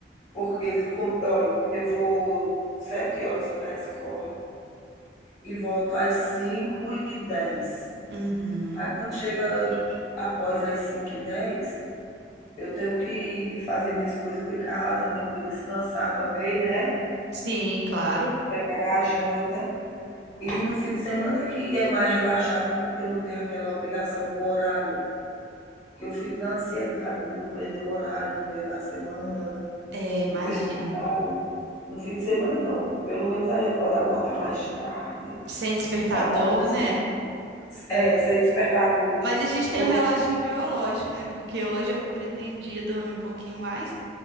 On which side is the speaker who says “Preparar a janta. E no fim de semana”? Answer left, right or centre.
Left